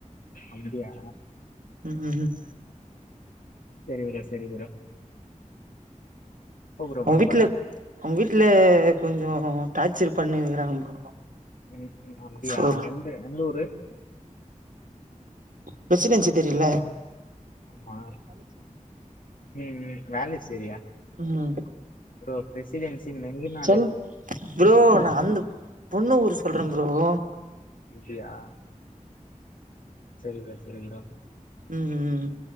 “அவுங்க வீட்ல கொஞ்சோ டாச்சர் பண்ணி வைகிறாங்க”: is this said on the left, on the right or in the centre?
Right